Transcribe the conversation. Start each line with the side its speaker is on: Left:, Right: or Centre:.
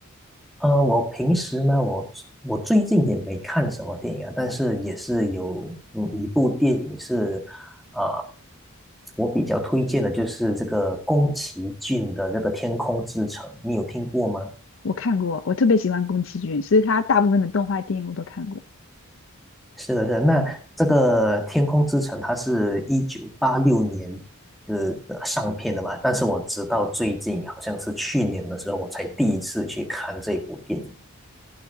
Centre: 呃，我平时呢，我我最近也没看什么电影啊，但是也是有嗯一部电影是，呃，我比较推荐的就是这个宫崎骏的这个《天空之城》，你有听过吗？
Left: 我看过，我特别喜欢宫崎骏，所以他大部分的动画电影我都看过。
Centre: 是的，是的。那这个《天空之城》它是一九八六年是呃上片的嘛，但是我直到最近好像是去年的时候，我才第一次去看这部电影。